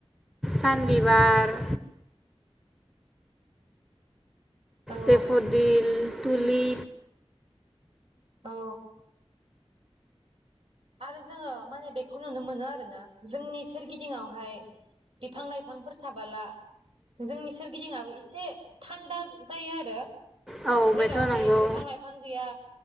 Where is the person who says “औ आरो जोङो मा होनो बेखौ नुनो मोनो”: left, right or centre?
Right